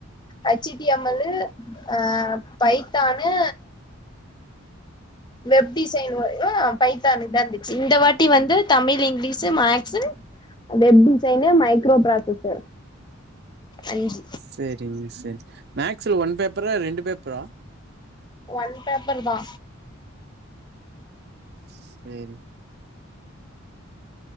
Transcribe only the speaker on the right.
செரிங்க செ மேக்ஸ்ல வன் பேப்பரா ரெண்டு பேப்பரா
ஸ் செரி